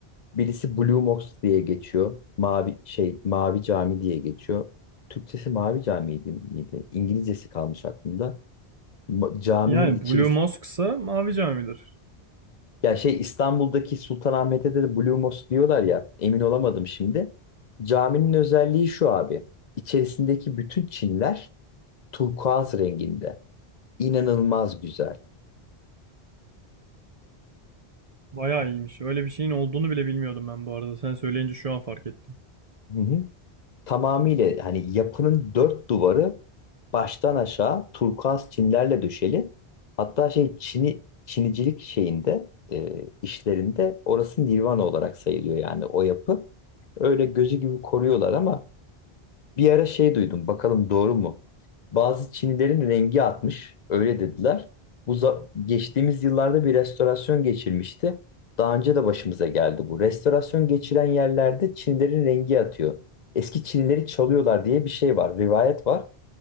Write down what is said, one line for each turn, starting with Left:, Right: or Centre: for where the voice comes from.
Left: Birisi Blue Mosque diye geçiyor. Mavi şey Mavi Cami diye geçiyor. Türkçesi Mavi Cami'ydi miydi? İngilizcesi kalmış aklımda. Ma- Caminin
Right: Yani
Left: içerisi.
Right: Blue Mosque'sa Mavi Cami'dir.
Left: Ya şey İstanbul'daki Sultanahmet'te de Blue Mosque diyorlar ya. Emin olamadım şimdi. Caminin özelliği şu abi. İçerisindeki bütün çinler turkuaz renginde. İnanılmaz güzel.
Right: Bayağı iyiymiş. Öyle bir şeyin olduğunu bile bilmiyordum ben bu arada. Sen söyleyince şu an fark ettim.
Left: Hı hı. tamamıyla hani yapının dört duvarı baştan aşağı turkuaz çinilerle döşeli. Hatta şey çini çinicilik şeyinde e, işlerinde orası nirvana olarak sayılıyor yani o yapı. Öyle gözü gibi koruyorlar ama bir ara şey duydum, bakalım doğru mu? Bazı Çinilerin rengi atmış, öyle dediler. Bu za- geçtiğimiz yıllarda bir restorasyon geçirmişti. Daha önce de başımıza geldi bu. Restorasyon geçiren yerlerde Çinilerin rengi atıyor. Eski Çinileri çalıyorlar diye bir şey var, rivayet var.